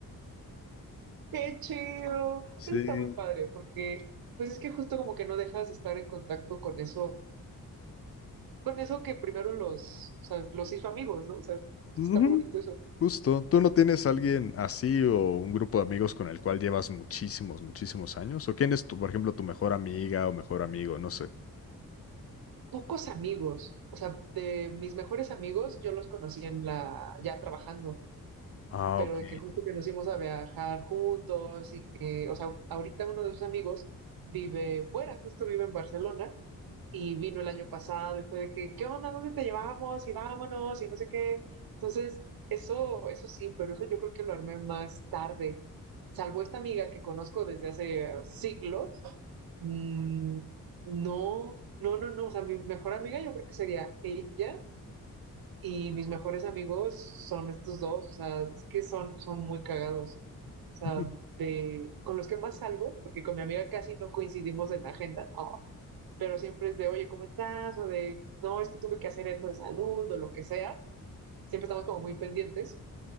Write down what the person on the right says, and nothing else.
Qué chido.
Eso está muy padre, porque pues es que justo como que no dejas de estar en contacto con eso, con eso que primero los, o sea, los hizo amigos, ¿no? O sea,
está muy bonito eso.
pocos amigos, o sea, de mis mejores amigos, yo los conocí en la, ya trabajando,
pero
de que justo que nos íbamos a viajar juntos y que, o sea, ahorita uno de sus amigos vive fuera, justo vive en Barcelona y vino el año pasado y fue de que, ¿qué onda? ¿Dónde te llevamos? Y vámonos y no sé qué. Entonces, eso, eso sí, pero eso yo creo que lo armé más tarde, salvo esta amiga que conozco desde hace siglos Mm, no, no, no, no. O sea, mi mejor amiga yo creo que sería ella y mis mejores amigos son estos dos. O sea, es que son, son muy cagados.
O sea, de, con los que más salgo, porque con mi amiga casi no coincidimos en la agenda, oh, pero siempre es de, oye, ¿cómo estás? O de, no, es que tuve que hacer esto de salud o lo que sea. Siempre estamos como muy pendientes